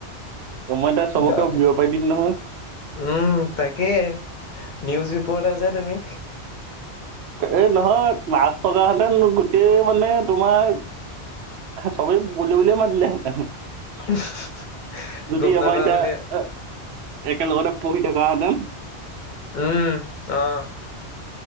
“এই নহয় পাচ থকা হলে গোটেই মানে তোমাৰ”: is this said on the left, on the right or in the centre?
Right